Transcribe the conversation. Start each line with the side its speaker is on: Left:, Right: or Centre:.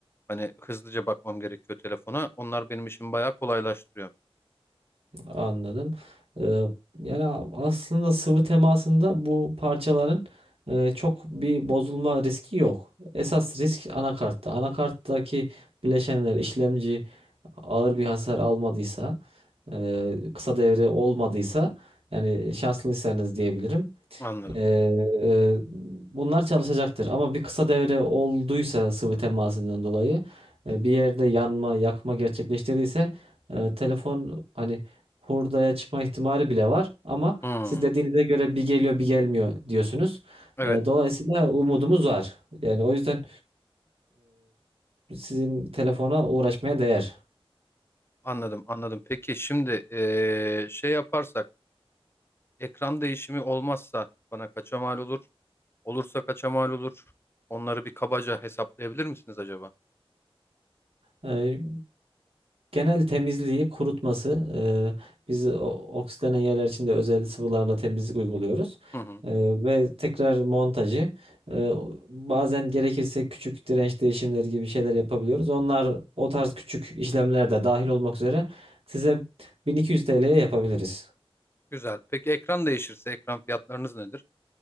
Left: Hani hızlıca bakmam gerekiyor telefona. Onlar benim işimi bayağı kolaylaştırıyor.
Right: Anladım. E, yani aslında sıvı temasında bu parçaların e, çok bir bozulma riski yok. Esas risk anakartta. Anakarttaki bileşenler işlemci ağır bir hasar almadıysa, e, kısa devre olmadıysa yani şanslıysanız diyebilirim.
Left: Anladım.
Right: Ee, e, bunlar çalışacaktır ama bir kısa devre olduysa sıvı temasından dolayı e, bir yerde yanma, yakma gerçekleştirdiyse e, telefon hani hurdaya çıkma ihtimali bile var ama
Left: Hmm.
Right: siz dediğinize göre bir geliyor bir gelmiyor diyorsunuz.
Left: Evet,
Right: E, dolayısıyla umudumuz var. Yani o yüzden e, sizin telefona uğraşmaya değer.
Left: anladım, anladım. Peki şimdi ee, şey yaparsak, ekran değişimi olmazsa bana kaça mal olur? Olursa kaça mal olur? Onları bir kabaca hesaplayabilir misiniz acaba?
Right: Eee, genel temizliği, kurutması. eee, biz o- oksitlenen yerler için de özel sıvılarla temizlik uyguluyoruz.
Left: Hı hı.
Right: Eee, ve tekrar montajı. Eee, bazen gerekirse küçük direnç değişimleri gibi şeyler yapabiliyoruz. Onlar o tarz küçük işlemler de dahil olmak üzere size 1200 TL'ye yapabiliriz.
Left: Güzel. Peki ekran değişirse ekran fiyatlarınız nedir?